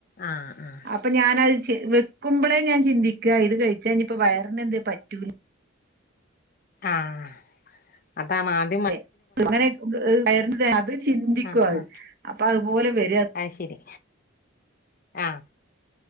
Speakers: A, on the left; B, on the right.
A: ആഹ് ആഹ്
B: അപ്പൊ ഞാനത് ചി വെക്കുമ്പോഴേ ഞാൻ ചിന്തിക്കുക ഇത് കഴിച്ചാ ഇനിപ്പോ വയറിനന് എന്തേലും പറ്റുമോ
A: ആഹ് അതാണ് ആ -
B: അതെ അങ്ങനെ അത് ചിന്തിക്കും
A: ആഹ്
B: അ
A: ആഹ്
B: അപ്പൊ അതുപോലെ വര-
A: അത് ശരി ആ